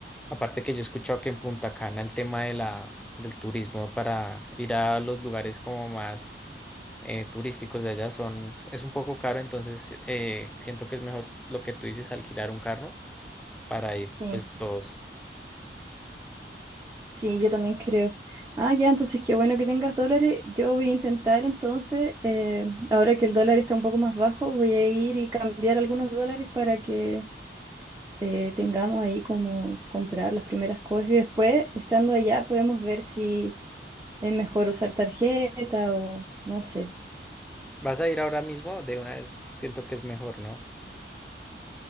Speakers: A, in the centre; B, on the right.
A: Aparte que yo he escuchado que en Punta Cana el tema de la, del turismo para ir a los lugares como más eh, turísticos de allá son, es un poco caro, entonces eh, siento que es mejor lo que tú dices, alquilar un carro para ir
B: Sí,
A: pues todos.
B: sí, yo también creo. Ah, ya, entonces qué bueno que tengas dólares. Yo voy a intentar entonces, eh, ahora que el dólar está un poco más bajo, voy a ir y cambiar algunos dólares para que eh, tengamos ahí como comprar las primeras cosas y después, estando allá, podemos ver si es mejor usar tarjeta o no sé.
A: Vas a ir ahora mismo, de una vez siento que es mejor, ¿no?